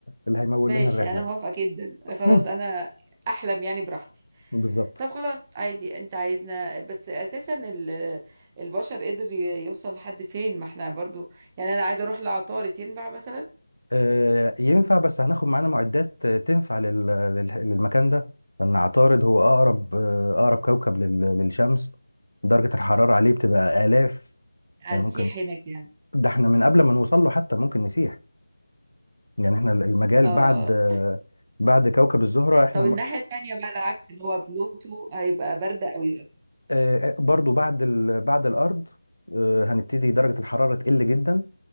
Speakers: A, on the left; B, on the right.
A: اللي هيمول
B: ماشي
A: لنا الرحله
B: أنا موافقة جدا
A: <clears throat>
B: خلاص أنا أحلم يعني براحتي
A: بالظبط
B: طب خلاص عادي أنت عايزنا بس أساسا ال- البشر قدر ي- يوصل لحد فين ما إحنا برضو يعني أنا عايزة أروح لعطارد ينفع مثلا
A: آه، ينفع بس هناخد معانا معدات آه، تنفع لل- لل- للمكان ده لأن عطارد هو أقرب آه، أقرب كوكب لل- للشمس درجة الحرارة عليه بتبقى آلاف
B: هنسيح
A: يعني ممكن
B: هناك يعني
A: ده احنا من قبل ما نوصل له حتى ممكن نسيح يعني احنا المجال
B: اه
A: بعد
B: آه.
A: آه، بعد كوكب الزهرة احنا
B: طب الناحية
A: م-
B: التانية بقى العكس اللي هو بلوتو هيبقى برد قوي للأسف
A: آه، آه، برضو بعد ال- بعد الأرض آه، هنبتدي درجة الحرارة تقل جدا